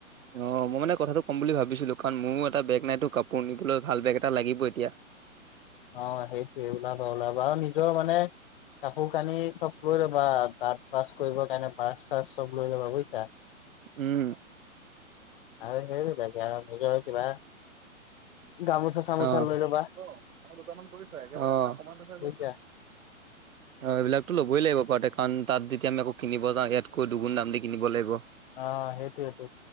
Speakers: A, on the right (about 75°); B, on the left (about 40°).
A: অ মই মানে কথাটো ক'ম বুলি ভাবিছিলোঁ। কাৰণ মোৰো এটা বেগ নাইতো, কাপোৰ নিবলৈ ভাল বেগ এটা লাগিব এতিয়া।
B: অ সেইটোয়ে ওলাবা ওলাবা আৰু নিজৰ মানে কাপোৰ কানি চব লৈ ল'বা দাঁত বাছ কৰিব কাৰণে ৰ্বাছ চাৰাছ চব লৈ ল'বা বুজিছা।
A: উম!
B: আৰু <unintelligible> নিজৰ হৈ কিবা। গামোচা চামোচা
A: অ',
B: লৈ ল'বা।
A: <unintelligible> অ <unintelligible>
B: বুজিছা
A: এইবিলাকো লবই লাগিব। ৱাদেকান তাত যেতিয়া আমি আকৌ কিনিব যাওঁ ইয়াতকৈ দুগুণ দাম দি কিনিব লাগিব।
B: অ সেইটোয়েটো।